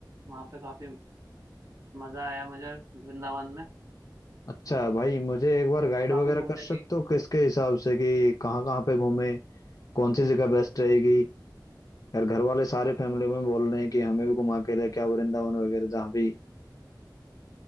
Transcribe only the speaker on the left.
अच्छा भाई मुझे एक बार गाइड
वगैरह
कर सकते
हो किसके हिसाब से कि कहाँ कहाँ पे घूमे कौन सी जगह बेस्ट रहेगी यार घर वाले सारे फैमिली में बोल रहे हैं कि हमें भी घुमा के लेके आओ वृंदावन वगैरह जहाँ भी